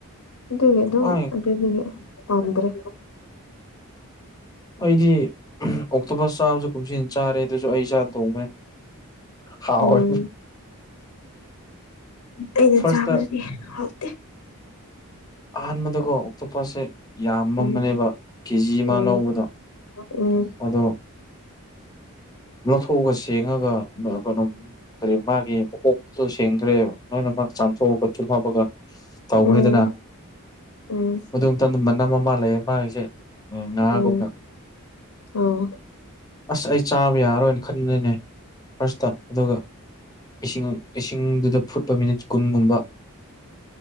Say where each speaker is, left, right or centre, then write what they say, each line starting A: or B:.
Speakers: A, on the left; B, on the left.
A: ꯑꯗꯨꯒꯤ ꯑꯗꯨꯝ
B: ꯀꯃꯥꯏ
A: ꯑꯗꯨꯒꯤ ꯄꯥꯝꯗ꯭ꯔꯦ
B: ꯑꯩꯗꯤ ꯑꯣꯛꯇꯣꯕꯔ ꯆꯥꯃꯁꯨ ꯀꯨꯝꯁꯤꯟ ꯆꯥꯔꯦ ꯑꯗꯨꯁꯨ ꯑꯩ ꯏꯁꯥ ꯇꯣꯡꯃꯦ ꯍꯥꯎꯋꯦ
A: ꯎꯝ ꯑꯩꯅ
B: ꯐꯥꯔꯁꯇ
A: ꯆꯥꯕꯗꯨꯗꯤ ꯍꯥꯎꯇꯦ
B: ꯑꯍꯥꯟꯕꯗꯀꯣ ꯑꯇꯣꯞꯄꯣꯠꯁꯦ ꯌꯥꯝꯃ
A: ꯎꯝ
B: ꯑꯃꯅꯦꯕ ꯀꯦꯖꯤ
A: ꯎꯝ
B: ꯑꯃ ꯂꯧꯕꯗꯣ
A: ꯎꯝ
B: ꯑꯗꯣ ꯂꯧꯠꯊꯣꯛꯑꯒ ꯁꯦꯡꯉꯒ ꫰ꯀꯩꯅꯣ ꯀꯔꯤ ꯃꯥꯒꯤ ꯃꯀꯣꯛꯇꯣ ꯁꯦꯡꯈ꯭ꯔꯦ ꯅꯣꯏꯅꯃꯛ ꯆꯥꯝꯊꯣꯛꯑꯒ ꯆꯨꯝꯃꯕꯒ ꯇꯧꯈ꯭ꯔꯔꯤꯗꯅ
A: ꯎꯝ ꯎꯝ
B: ꯃꯗꯨ ꯃꯇꯝꯗ ꯃꯅꯝ ꯃꯃꯥ ꯂꯩꯌꯦ ꯃꯥꯒꯤꯁꯦ ꯉꯥꯒꯨꯝꯅ
A: ꯎꯝ ꯑ
B: ꯑꯁ ꯑꯩ ꯆꯥꯕ ꯌꯥꯔꯔꯣꯏꯅ ꯈꯟꯕꯅꯤꯅꯦ ꯐꯥꯔꯁꯇ ꯑꯗꯨꯒ ꯏꯁꯤꯡ ꯏꯁꯤꯡꯗꯨꯗ ꯐꯨꯠꯄ ꯃꯤꯅꯤꯠ ꯀꯨꯟꯒꯨꯝꯕ